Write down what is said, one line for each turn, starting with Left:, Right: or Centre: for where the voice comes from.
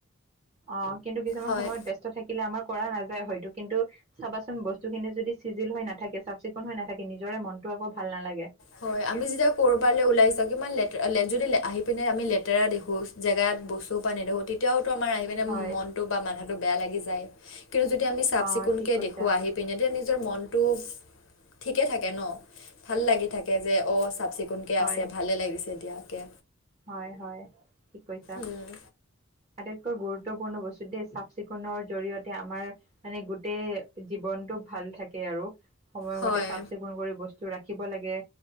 Right: অ' কিন্তু কিছুমান
Left: হয়
Right: সময়ত ব্যস্ত থাকিলে আমাৰ কৰা হয়তো কিন্তু চাবাচোন বস্তুখিনি যদি চিজিল হৈ নাথাকে চাফ চিকুণ হৈ নাথাকে নিজৰে মনটো আকৌ ভাল নালাগে।
Left: হয়। আমি যেতিয়া কৰ'বালে ওলাই যাওঁ ইমান লতে- যদি আহি পিনে আমি লেতেৰা দেখো জেগাত বস্তু পৰা নেদেখোঁ তেতিয়াওতো আমাৰ আহি পিনে
Right: হয়
Left: মনটো বা মানুহটো বেয়া লাগি যায়। কিন্তু যেতিয়া আমি চাফ
Right: অ
Left: চিকুণকৈ
Right: ঠিক কৈছা
Left: দেখোঁ আহি তেতিয়া নিজৰ মনটো ঠিকে‌ থাকে ন' ভাল লাগে তাকে যে অ' চাফ চিকুণকৈ
Right: হয়
Left: আছে ভালে লাগিছে দিয়াকে
Right: হয়, হয় ঠিক কৈছা।
Left: উম।
Right: আটাইতকৈ গুৰুত্বপূৰ্ণ বস্তু দেই চাফ চিকুণৰ জৰিয়তে আমাৰ মানে গোটেই জীৱনতটো ভাল থাকে আৰু। সময়মতে
Left: হয়
Right: চাফ চিকুণ কৰি বস্তু ৰাখিব লাগে,